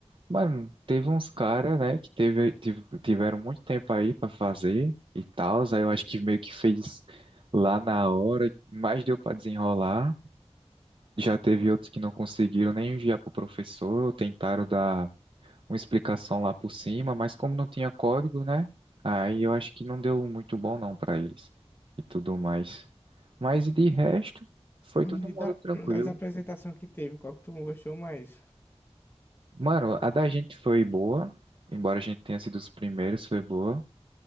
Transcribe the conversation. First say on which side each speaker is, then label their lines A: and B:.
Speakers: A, on the right (about 50°); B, on the left (about 20°).
A: Mano, teve uns caras, né, que teve, tiv- tiveram muito tempo aí pra fazer e tal, aí eu acho que meio que fez lá na hora, mas deu pra desenrolar. Já teve outros que não conseguiram nem enviar pro professor, tentaram dar uma explicação lá por cima, mas como não tinha código, né, aí eu acho que não deu muito bom não pra eles e tudo mais. Mas de resto, foi
B: E
A: todo mundo
B: da-
A: tranquilo.
B: das apresentações que teve, qual que tu gostou mais?
A: Mano, a da gente foi boa, embora a gente tenha sido os primeiros, foi boa.